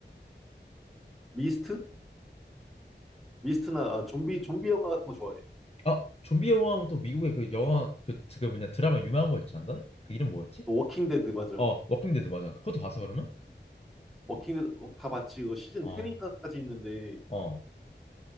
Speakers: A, in the centre; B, on the left.
A: 미스트? 미스트나 아, 좀비 좀비 영화 같은 거 좋아해.
B: 아, 좀비 영화 하면 또 미국의 그 영화 그, 그 뭐냐 드라마 유명한 거 있지 않나? 그 이름 뭐였지?
A: 그 워킹 데드 맞아.
B: 어, 워킹 데드 맞아. 그것도 봤어 그러면?
A: 음. 워킹데드 다 봤지. 이거 시즌
B: 어,
A: 10인가까지 있는데
B: 어,